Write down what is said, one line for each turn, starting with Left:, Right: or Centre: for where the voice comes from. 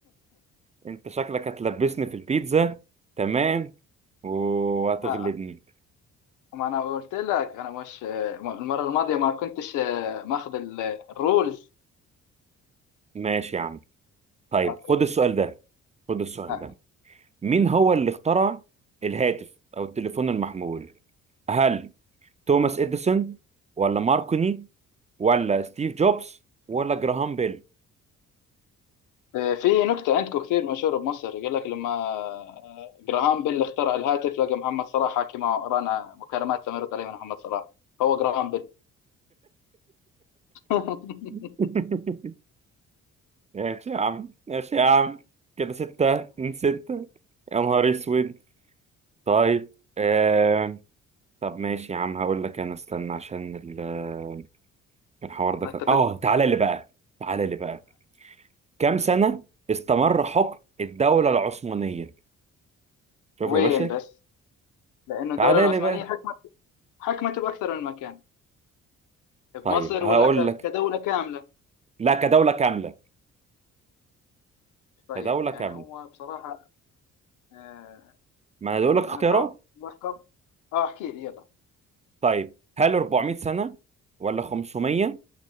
Right: انت شكلك هتلبسني في البيتزا تمام وهتغلبني
Left: آه. ما أنا قلت لك أنا مش المرة الماضية ما كنتش آه، ماخذ ال- الرولز
Right: ماشي يا عم طيب
Left: أوكي
Right: خد السؤال ده خد السؤال
Left: هاي.
Right: ده مين هو اللي اخترع الهاتف او التليفون المحمول هل توماس اديسون ولا ماركوني ولا ستيف جوبز ولا جراهام بيل
Left: آه، في نكتة عندكم كثير مشهورة بمصر يقول لك لما آه، جراهام بيل اخترع الهاتف لقى محمد صلاح حاكي معه رانا مكالمات لم يرد عليه من محمد صلاح هو جراهام بيل <laughs>
Right: <laughs> ماشي يا عم ماشي يا عم كده ستة من ستة يا نهار اسود طيب آه... طب ماشي يا عم هقول لك انا استنى عشان ال- الحوار ده
Left: ما
Right: كان
Left: اتفقنا
Right: اه تعالى لي بقى تعالى لي بقى كم سنة استمر حكم الدولة العثمانية شوف
Left: وين
Right: يا باشا
Left: بس لأنه الدولة
Right: تعالى
Left: العثمانية
Right: لي بقى
Left: حكمت حكمت بأكثر من مكان
Right: طيب
Left: بمصر
Right: هقول
Left: ولا ك-
Right: لك
Left: كدولة كاملة
Right: لا كدولة كاملة
Left: طيب
Right: كدولة
Left: يعني
Right: كاملة
Left: هو بصراحة آه،
Right: ما انا بقول
Left: يعني
Right: لك اختيارات
Left: أنا بعرف بحكم آه احكي لي يلا
Right: طيب هل 400 سنة ولا 500